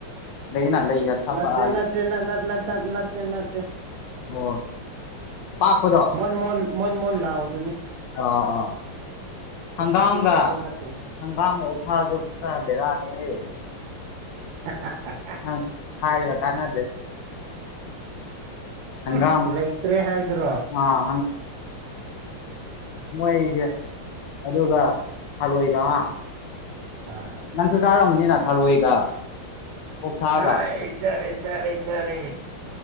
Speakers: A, on the left; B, on the right.
A: ꯂꯩꯑꯦꯅ ꯂꯩꯒ ꯁꯥꯠꯄ
B: ꯅꯠꯇꯦ
A: ꯑꯥ
B: ꯅꯠꯇꯦ ꯅꯠ ꯅꯠ ꯅꯠꯇ ꯅꯠꯇꯦ ꯅꯠꯇꯦ
A: ꯑꯣ ꯄꯥꯛꯄꯗꯣ
B: ꯃ‌ꯣꯟ ꯃꯣꯟ ꯃ‌ꯣꯟ ꯃꯣꯟ ꯂꯥꯎꯕꯗꯨꯅꯤ
A: ꯑ ꯑꯥ ꯍꯪꯒꯥꯝꯒ
B: ꯑꯄꯤꯛꯄꯗꯨ ꯅꯠꯇꯦ
A: ꯍꯪꯒꯥꯝꯒ ꯑꯣꯛꯁꯥꯁꯨ ꯈꯔ ꯕꯦꯔꯥꯅꯤꯍ‌ꯦ
B: <unintelligible>
A: ꯑꯁ ꯍꯥꯏꯔ ꯀꯥꯟꯅꯗꯦ ꯍꯪꯒꯥꯝ
B: ꯎꯝ ꯂꯩꯇ꯭ꯔꯦ ꯍꯥꯏꯗꯨꯔꯣ
A: ꯑꯥ ꯃꯣꯏꯖ‌ꯦ ꯑꯗꯨꯒ ꯊꯔꯣꯏꯒ ꯍꯥ
B: ꯑꯥ
A: ꯅꯪꯁꯨ ꯆꯥꯔꯝꯒꯅꯤꯅ ꯊꯔꯣꯏꯒ ꯑꯣꯛꯁꯥꯒ
B: ꯒꯥꯔꯦ ꯆꯥꯔꯦ ꯆꯥꯔꯦ ꯆꯥꯔꯦ